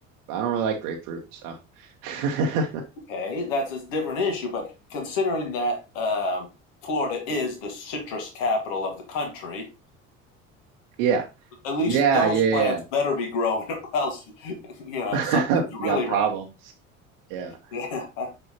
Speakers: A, on the right; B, on the left.
A: but I don't really like grapefruit, so <laughs>
B: Okay, that's a different issue, but considering that um, Florida is the citrus capital of the country,
A: yeah,
B: at least
A: yeah,
B: those
A: yeah,
B: plants better be growing, <laughs> or else, you know,
A: yeah.
B: something's
A: <laughs> We
B: really
A: got problems. Yeah.
B: wrong. <laughs>